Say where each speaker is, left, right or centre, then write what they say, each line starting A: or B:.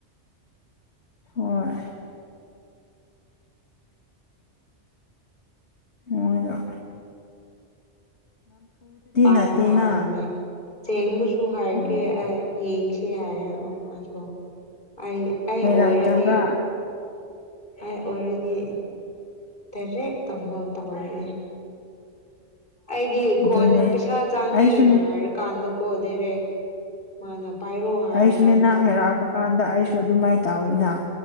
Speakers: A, on the left; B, on the left.
A: ꯍꯣꯏ ꯄꯣꯏꯗ
B: ꯄꯥꯝꯕ
A: ꯅꯠꯇꯦꯅ
B: ꯍꯥꯎꯔꯅꯤ ꯆꯦꯡꯕꯨꯁꯨ ꯍꯥꯏꯒꯦ
A: ꯎꯝ
B: ꯑꯩ ꯌꯦꯡꯁꯤ ꯍꯥꯏꯔ ꯎꯝ ꯑꯗꯣ ꯑꯩ ꯑꯩ
A: ꯍꯩꯔꯛꯇꯕ꯭ꯔꯥ
B: ꯑꯣꯏꯔꯗꯤ ꯑꯩ ꯑꯣꯏꯔꯗꯤ ꯗꯥꯏꯔꯦꯛ ꯇꯧꯅ ꯇꯧꯅꯅꯤꯡꯉꯦ ꯑꯩꯗꯤ
A: ꯑꯗꯨꯅꯦ
B: ꯈꯣꯟꯅ ꯄꯩꯁꯥ ꯆꯥꯡꯉꯦꯅ
A: ꯑꯩꯁꯨꯅꯦ
B: ꯍꯥꯏꯔꯀꯥꯟꯗꯀꯣ ꯗꯥꯏꯔꯦꯛ ꯃꯥꯅ ꯄꯥꯏꯔꯣ ꯍꯥꯏꯔꯀꯥꯟꯗ
A: ꯑꯩꯁꯨ ꯅꯪ ꯍꯥꯏꯩꯔꯥꯛꯄ ꯀꯥꯟꯗ ꯑꯩꯁꯨ ꯑꯗꯨꯃꯥꯏꯅ ꯇꯧꯋꯤꯅ